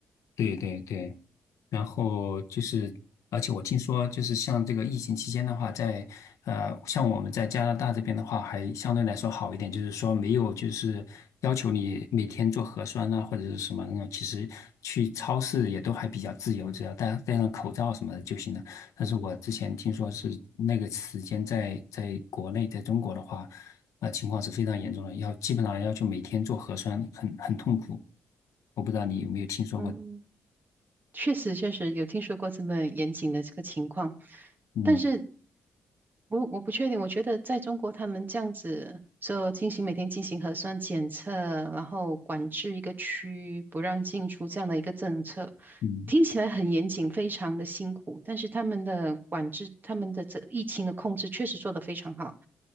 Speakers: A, on the left; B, on the right.
A: 对对对。然后就是，而且我听说，就是像这个疫情期间的话，在呃，像我们在加拿大这边的话，还相对来说好一点，就是说没有就是要求你每天做核酸啊，或者是什么那种，其实去超市也都还比较自由，只要戴戴上口罩什么的就行了。但是我之前听说是那个时间在在国内，
B: 嗯哼
A: 在中国的话，呃，情况是非常严重的，要基本上要求每天做核酸，很很痛苦。我不知道你有没有听说过？
B: 嗯，确实，确实有听说过这么严谨的这个情况，
A: 嗯
B: 但是我我不确定。我觉得在中国，他们这样子就进行每天进行核酸检测，然后管制一个区不让进出这样的一个政策，
A: 嗯
B: 听起来很严谨，非常的辛苦。但是他们的管制，他们的这疫情的控制确实做得非常好。